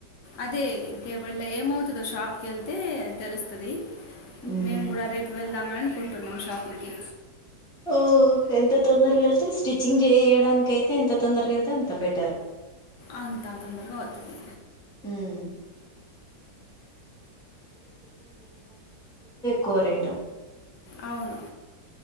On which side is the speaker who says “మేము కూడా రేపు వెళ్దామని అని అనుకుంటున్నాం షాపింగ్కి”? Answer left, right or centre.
Left